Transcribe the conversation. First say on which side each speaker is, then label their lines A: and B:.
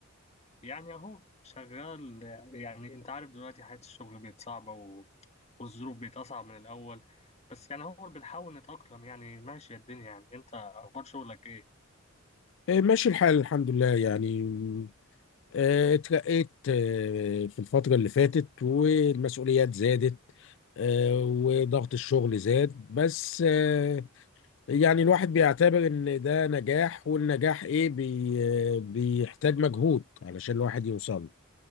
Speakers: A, on the left (about 30°); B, on the left (about 60°).
A: يعني اهو شغال يعني انت عارف دلوقتي حياة الشغل بقت صعبة و... والظروف بقت اصعب من الاول بس يعني هو بنحاول نتأقلم يعني ماشية الدنيا يعني انت اخبار شغلك ايه
B: إيه ماشي الحال الحمد لله يعني م، آه، اترقيت آه، في الفتره اللي فاتت والمسؤوليات زادت آه، وضغط الشغل زاد بس آه، يعني الواحد بيعتبر ان ده نجاح والنجاح ايه بي آه، بيحتاج مجهود علشان الواحد يوصل له.